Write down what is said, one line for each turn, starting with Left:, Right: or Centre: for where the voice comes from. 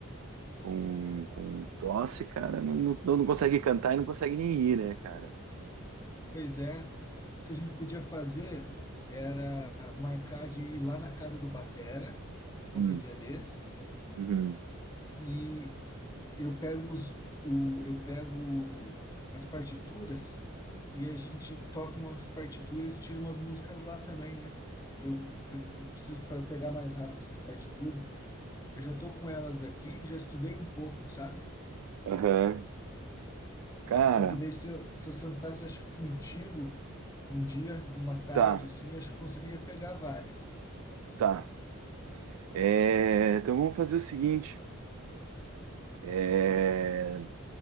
Right: com, com tosse, cara, não, não, não consegue cantar e não consegue nem ir, né, cara?
Left: Pois é. O que a gente podia fazer era marcar de ir lá na casa do Batera, qualquer
Right: Hum,
Left: dia desse,
Right: uhum.
Left: e, eu pego os, o, eu pego as partituras e a gente toca umas partituras e tira umas músicas lá também, né? Eu, eu preciso para pegar mais rápido essas partituras. Eu já tô com elas aqui, já estudei um pouco, sabe?
Right: Aham. Cara,
Left: Só que daí se eu, se eu sentasse acho, que contigo um dia, numa tarde
Right: tá,
Left: assim, acho que eu conseguiria pegar várias.
Right: tá. É, então vamos fazer o seguinte. É,